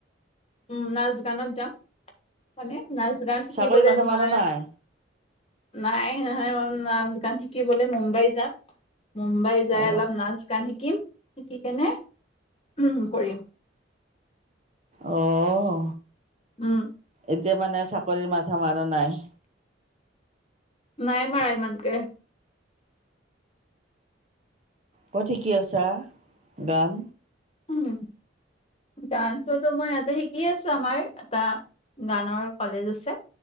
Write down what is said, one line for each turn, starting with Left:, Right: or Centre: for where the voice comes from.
Left: উম নাচ গানত যাম মানে নাচ গান শিকিবলৈ
Right: চাকৰি মাথা
Left: মই
Right: মাৰা নাই
Left: নাই নহয় মই নাচ গান শিকিবলৈ মুম্বাই যাম। মুম্বাই যাই
Right: অ
Left: অলপ নাচ গান শিকিম শিকি কেনে উম কৰিম
Right: অ'হ
Left: উম
Right: এতিয়া মানে চাকৰিৰ মাথা মাৰা নাই
Left: নাই মাৰা ইমানকে।
Right: কত শিকি আছা গান
Left: উম ডান্সটোতো মই ইয়াতে শিকি আছো আমাৰ এটা গানৰ কলেজ আছে